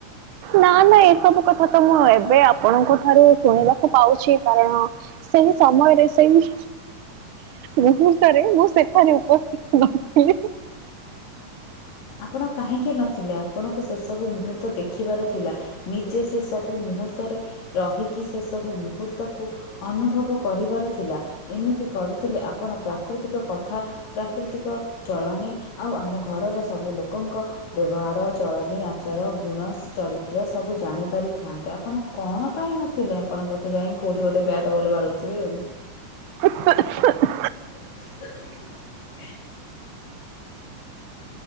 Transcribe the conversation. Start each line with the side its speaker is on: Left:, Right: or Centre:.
Right: ନା ନା ଏସବୁ କଥା ତ ମୁଁ ଏବେ ଆପଣଙ୍କ ଠାରୁ ଶୁଣିବାକୁ ପାଉଛି କାରଣ ସେଇ ସମୟରେ ସେଇ ମୁହୂର୍ତ୍ତରେ ମୁଁ ସେଠାରେ ଉପସ୍ଥିତ ନଥିଲି।
Left: ଆପଣ କାହିଁକି ନଥିଲେ ଆପଣଙ୍କୁ ସେସବୁ ମୁହୂର୍ତ୍ତ ଦେଖିବାର ଥିଲା ନିଜେ ସେ ସେ ସବୁ ମୁହୂର୍ତ୍ତରେ ରହିକି ସେସବୁ ମୁହୂର୍ତ୍ତକୁ। ଅନୁଭବ କରିବାର ଥିଲା ଏମିତି କରିଥିଲେ ଆପଣ ପ୍ରାକୃତିକ କଥା ପ୍ରାକୃତିକ ଚଳଣି ଆଉ ଆମ ଘରର ସବୁ ଲୋକଙ୍କ। ବ୍ୟବହାର ଚଳନୀ ଆଚାର ଗୁଣ ଚରିତ୍ର ସବୁ ଜାଣିପାରିଥାନ୍ତେ ଆପଣ କଣ ପାଇଁ ନ ଥିଲେ ଆପଣ ବୋଧେ ଯାଇକି କଉଠି ଗୋଟେ ବ୍ୟାଟ୍ ବଲ ବାଡ଼ଉଥିବେ ଆଉ।
Right: <inaudible>
Left: <inaudible>